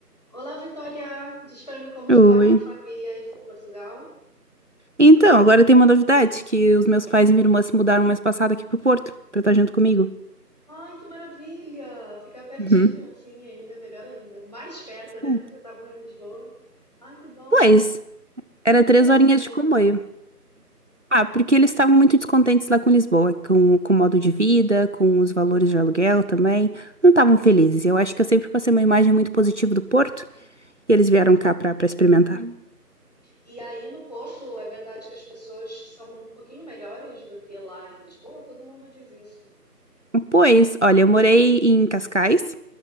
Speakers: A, on the left; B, on the right.
A: Olá, Vitória! Diz pra mim como
B: Oi.
A: tá a família aí por Portugal.
B: Então, agora tem uma novidade, que os meus pais e minha irmã se mudaram mês passado aqui pro Porto, pra estar junto comigo.
A: Ai, que maravilha! Ficar pertinho,
B: Uhum.
A: assim, ainda melhor ainda. Mais perto, né?
B: Sim.
A: Que já estavam em Lisboa. Ai, que bom!
B: Pois, era
A: E por
B: três
A: que resolveram
B: horinhas de comboio.
A: mudar?
B: Ah, porque eles estavam muito descontentes lá com Lisboa, com, com o modo de vida, com os valores de aluguel também. Não estavam felizes. Eu acho que eu sempre passei uma imagem muito positiva do Porto, e eles vieram cá pra, pra experimentar.
A: E aí no Porto, é verdade que as pessoas são um pouquinho melhores do que lá em Lisboa? Todo mundo diz isso.
B: Pois, olha, eu morei em Cascais,